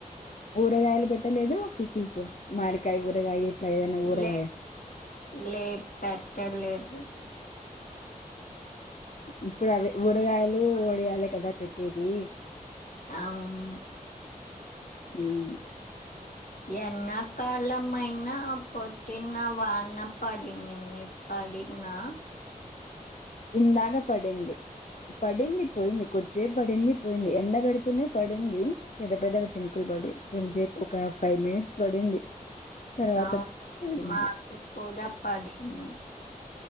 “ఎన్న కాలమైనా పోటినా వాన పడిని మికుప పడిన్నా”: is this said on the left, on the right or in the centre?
Left